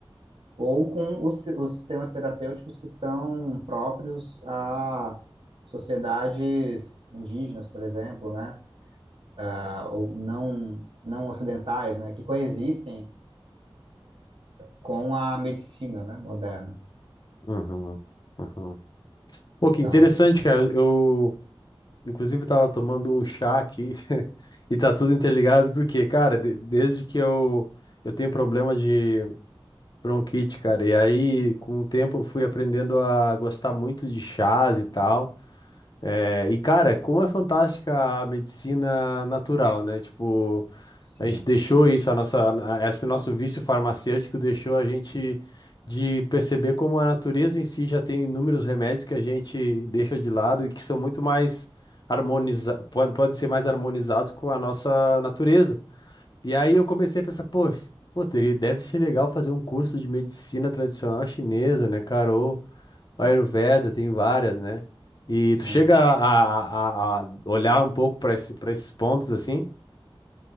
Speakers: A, on the right; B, on the left.
A: ou com os, si- os sistemas terapêuticos que são próprios a sociedades indígenas, por exemplo, né, ah, ou não não ocidentais, né, que coexistem com a medicina, né, moderna.
B: uhum, uhum. Pô, que
A: Então,
B: interessante, cara. Eu, Inclusive, eu tava tomando um chá aqui <laughs> e tá tudo interligado, porque, cara, de- desde que eu, eu tenho problema de bronquite, cara, e aí com o tempo eu fui aprendendo a gostar muito de chás e tal. É, e, cara, como é fantástica a medicina natural, né? Tipo.
A: sim,
B: A gente deixou isso, a nossa, a- esse nosso vício farmacêutico deixou a gente de perceber como a natureza em si já tem inúmeros remédios que a gente deixa de lado e que são muito mais harmonizados, pode, pode ser mais harmonizados com a nossa natureza. E aí eu comecei a pensar, pô, pô, teria- deve ser legal fazer um curso de medicina tradicional chinesa, né, cara? Ou Ayurveda, tem várias, né? E
A: sim.
B: tu chega a, a- a- a olhar um pouco para esse, para esses pontos assim?